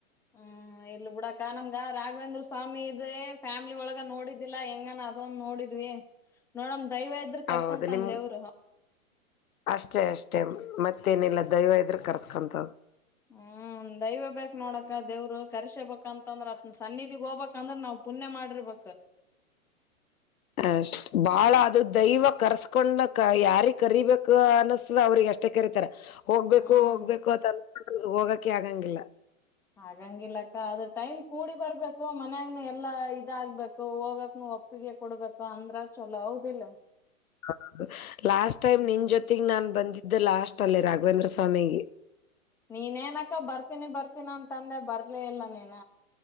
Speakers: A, in the centre; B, on the left.
A: ಹ ಇಲ್ ಬಿುಡಕ ನಮಂಗ ರಾಘವೇಂದ್ರ ಸ್ವಾಮಿ ಇದೇ ಫ್ಯಾಮಿಲಿ ಒಳಗ ನೋಡಿದ್ದಿಲ್ಲಾ ಹ ಅದೊಂದ್ ನೋಡಿದ್ವಿ ನೋಡಮ್ ದೈವ ಇದ್ರರು ಕರ್ಶಾಂತ
B: ಹೌದು
A: ಅಂದ
B: ನಿಮ್
A: ದೇವ್ರ
B: ಅಷ್ಟೇ ಅಷ್ಟೇ ಮತ್ತೇನಿಲ್ಲ ದೈವ ಇದ್ರ ಕರ್ಸ್ಕೊಂತ
A: ಹ್ಮ್ ದಯವ ಬೇಕಕ್ ನೋಡಕ್ಕ ದೇವ್ರ ಕರ್ಸೇಬೇಕಂತಂದ್ರ ಅತ್ನ ಸನ್ನಿಧಿಗ್ ಹೋಗಬಬೇಕಂದ್ರ ನಾವ್ ಪುಣ್ಯ ಮಾಡಿರ್ಬೇಕು
B: ಅಷ್ಟ ಬಾಳ ಅದು ದೈವ ಕರ್ಸ್ಕೊಂಡ ಯಾರಿ ಕರೀಬೇಕು ಅನ್ನಸ್ತದ ಅವ್ರಿಗೆ ಅಷ್ಟೆ ಕರತಾರ ಹೋಗ್ಬೇಕು
A: ಹ್ಮ್
B: ಹೋಗ್ಬೇಕು ಅ ಅನ್ ಹೋಗಕ್ಕೆ ಆಗಂಗಿಲ್ಲ
A: ಹಾಗಗಂಗಿಲ್ಲಕ್ಕ ಅದ್ ಟೈಮ್ ಕೂಡಿ ಬರ್ಬೇಕು ಮನ್ಯಾಗ್ನ ಎಲ್ಲಾ ಇದಾಗಬೇಕು ಹೋಗಕ್ನು ಒ ಓಪ್ಪಿಗೆ ಕೊಡ್ಬೇಕು ಅಂದ್ರ ಚಲೋ ಹೌದಿಲ್ಲ
B: ಹೌದು ಲಾಸ್ಟ್ ಟೈಮ್
A: ಹ್ಮ್
B: ನಿನ್ ಜೊತೆಗ್ ನಾನ್ ಬಂದಿದ್ದೆ ಲಾಸ್ಟ್ ಅಲ್ಲೇ ರಾಘವೇಂದ್ರ ಸ್ವಾಮಿಗೆ
A: ನೀನ್ನಕ್ಕ ಬರ್ತೀನಿ ಬರ್ತೀನಿ ನನ್ ತಂದೆ ಬರ್ಲೇ ಇಲ್ಲ ನೀನ